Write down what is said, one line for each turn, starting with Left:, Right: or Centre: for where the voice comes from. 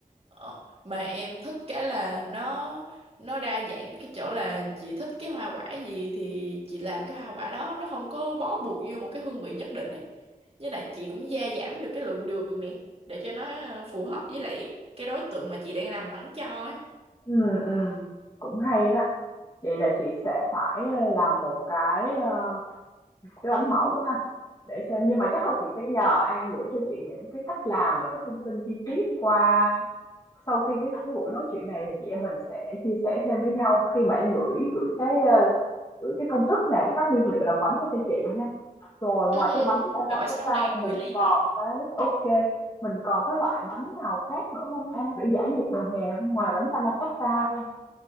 Right: Ờ, mà em thích cái là nó nó đa dạng cái chỗ là chị thích cái hoa quả gì thì chị làm cái hoa quả đó nó không có bó buộc vô một cái hương vị nhất định ấy với lại chị cũng gia giảm được cái lượng đường này để cho nó ờ, phù hợp với lại cái đối tượng mà chị đang làm bánh cho ấy
Left: Ừ, ừm, cũng hay đó. Vậy là chị sẽ phải ờ, làm một cái ờ, cái bánh mẫu ha để xem nhưng mà chắc là chị phải nhờ An gửi cho chị những cái cách làm và cái thông tin chi tiết qua sau khi cái, cái buổi nói chuyện này thì chị em mình sẽ chia sẻ thêm với nhau khi mà em gửi gửi cái ờ, gửi cái công thức này với các nguyên liệu làm bánh qua cho chị ha. Rồi ngoài
Right: ừ ừ
Left: cái bánh panna
Right: gọi
Left: cotta
Right: xong là em
Left: mình
Right: gửi ly
Left: còn cái ok mình còn cái loại bánh nào khác nữa không An để giải nhiệt mùa hè không ngoài bánh panna cotta ra.